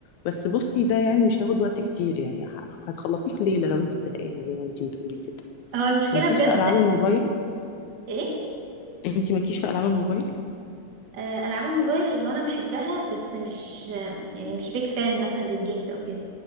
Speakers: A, on the left; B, on the right.
A: بس بصي ده يعني مش هياخد وقت كتير يعني ه- هتخلصيه في ليلة لو انتي زهقانة زي ما انتي بتقولي كده
B: هو المشكله
A: مالكيش
B: بجد
A: في العاب الموبايل
B: ايه
A: انتي مالكيش في العاب الموبايل
B: آه، العاب الموبايل هو انا بحبها بس مش آه، يعني مش بيك فان مثلا للجيمز او كده